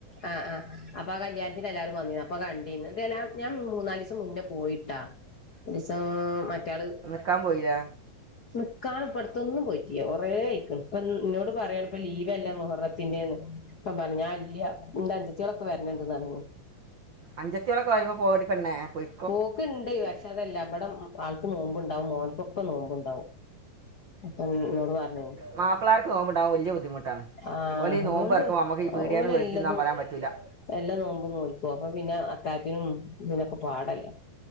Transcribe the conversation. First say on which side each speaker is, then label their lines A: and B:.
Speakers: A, on the left; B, on the right.
A: ആഹ് ആഹ് അപ്പൊ ആ കല്യാണത്തിന് എല്ലാവരും വന്നിന്. അപ്പൊ കണ്ടീന്. ഇതെല്ലാം ഞാൻ മൂന്നാല് ദിവസം മുൻപേ പോയിട്ടാ. ഒരു ദിവസം മറ്റാള്
B: നിക്കാ പോയിലെ
A: നിക്കാന് ഇപ്പടുത്തൊന്നും പോയിറ്റില്ല. കൊറെ ആയിക്ക്ണ് ഇപ്പം എന്നോട് പറയാണ് ഇപ്പം ലീവല്ലേ മുഹറത്തിന്റെന്ന് ഇപ്പം പറഞ്ഞാ ആ ഇല്ല്യ എൻ്റെ അനുജത്തികളൊക്കെ വരണണ്ടുന്ന് പറഞ്ഞു.
B: അനുജത്തികളൊക്കെ വരുമ്പോ പോകടി പെണ്ണെ. പോയി
A: പോക്ക് ഇണ്ട്. പക്ഷെ അതെല്ല ഇവിടം ആൾക്ക് നോമ്പുണ്ടാവും ഓലിക്കൊക്കെ നോമ്പുണ്ടാവും. അപ്പം എന്നോടു പറഞ്ഞു.
B: മാപ്പളാർക്ക് നോമ്പുണ്ടാവുമ്പോ വല്യാ ബുദ്ധിമുട്ടാണ്.
A: ആഹ്
B: ഓല ഈ നോമ്പ്
A: ഓര്
B: ഇറക്കുമ്പോൾ നമുക്ക് ഈ പീടിയാന്ന്
A: ഓല്
B: മേടിച്ച്
A: എല്ലതും
B: തിന്നാൻ പറയാൻ പറ്റൂല
A: എല്ലാം നോമ്പ് നോൽക്കും. അപ്പൊ പിന്നെ അത്താഴത്തിനും ഇതിനൊക്കെ പാടല്ലേ.